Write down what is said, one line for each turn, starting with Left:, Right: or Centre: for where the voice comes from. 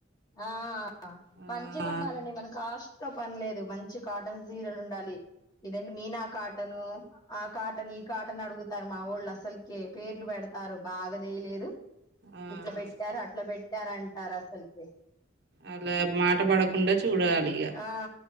Left: ఆ
Right: ఆ
Left: మంచిగా ఉండాలండి మన కాస్ట్ త పనిలేదు మంచి కాటన్ చీరలు ఉండాలి ఇదండి మీనా కాటన్ ఆ కాటన్ ఈ కాటన్ అడుగుతారు మా వోళ్ళు అసలుకే పేర్లు పెడతారు బాగాదేలేదు
Right: ఆ
Left: ఇట్లా పెట్టారూ అట్లా పెట్ కరన్ తెరసల్కె
Right: అలా మాట పడకుండా చూడాలి ఇగ
Left: ఆ